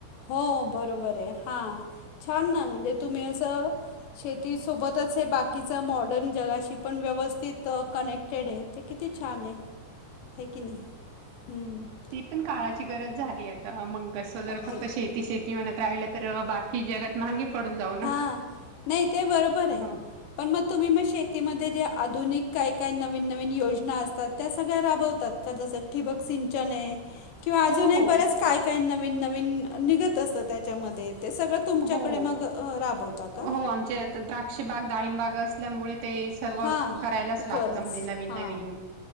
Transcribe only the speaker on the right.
ती पण काळाची
गरज झाली आहे. त मग कसं जर
फक्त शेती शेती म्हणत राहिलं तर बाकी जगात मागे पडून जाऊ ना.
हो
हो
हो
हो
हो आमच्या इथे द्राक्ष बाग, डाळिंब बाग असल्यामुळे ते सर्व
करायलाच लागत
म्हणजे नवीन
नवीन